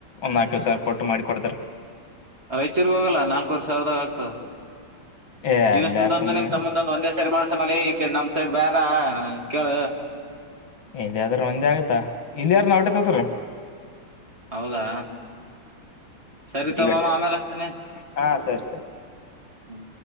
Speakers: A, on the left; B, on the right.
A: ಒಂದ್ ನಾಲ್ಕ ಸಾವರ ಕೊಟ್ಟು ಮಾಡಿ ಕೊಡ್ತರ.
B: ರೈಚೂರಿಗೆಗ ಹೋಗಲ್ಲ ನಾಲ್ಕವರಿ ಸಾವೃದಗ ಆಗ್ತದ್ <unintelligible>
A: ಏ
B: ದಿನಿಸ್ಡೊಂಡು
A: ಅಲ್ಲಿ ಯಾಕ್ ಸುಮ್ನೆ
B: ನಿಮ್ ತಮ್ಮದೊಂದು ಒಂದೇ ಸರಿ ಮಾಡ್ ಸಮಲಿ ಇಲಿ ಇಕಡ್ ನಮ ಸೈಡ್ ಬ್ಯಾಡ ನಾ ಕೇಳ
A: ಇಲ್ಲಿಯಾದ್ರೆ ಒಂದೆ ಆಗುತ್ತಾ ಇಲ್ಲಿಯಾದ್ರೂ ವುಟೇ ತೊಗೊಂತರ.
B: ಹೌದಾ ಸರಿತೊಗ
A: ಈಗಟ್ಟೆ
B: ಮಾಮ ಆಮ್ಯಾಲಸ್ತುನ
A: ಹಾ ಸರಿ ಸರಿ
B: ಹ್ಮ